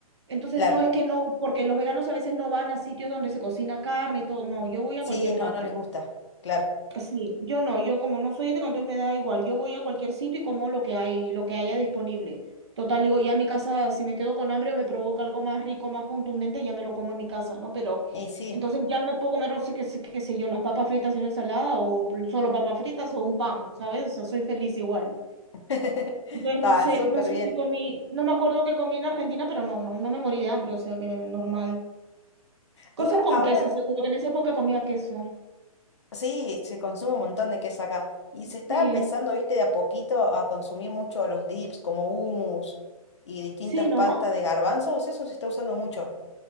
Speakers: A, on the right; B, on the left.
A: Entonces
B: Claro.
A: no es que no, porque los veganos a veces no van a sitios donde se cocina carne y todo, no, yo voy a
B: Sí,
A: cualquier
B: no,
A: parte.
B: no les gusta. Claro.
A: Sí, yo no, yo como no soy ética, entonces me da igual. Yo voy a cualquier sitio y como lo que hay, lo que haya disponible. Total, digo, ya en mi casa, si me quedo con hambre o me provoca algo más rico, más contundente, ya me lo como en mi casa, ¿no? Pero
B: Y sí,
A: entonces ya me puedo comer, no sé qué, sé- qué sé yo, las papas fritas y una ensalada o solo papas fritas o un pan, ¿sabes? O sea, soy feliz igual.
B: <laughs> está
A: Entonces no sé,
B: súper
A: no sé
B: bien.
A: si comí, no me acuerdo qué comí en Argentina, pero no, no, no me morí de hambre, o sea que normal. Cosas
B: Igual
A: con
B: ahora
A: queso, seguro que en esa época comía queso.
B: sí, se consume un montón de queso acá. Y se está
A: Sí,
B: empezando, viste, de a poquito a consumir mucho los dips como hummus y distintas
A: sí, ¿no?
B: pastas de garbanzos. Eso se está usando mucho.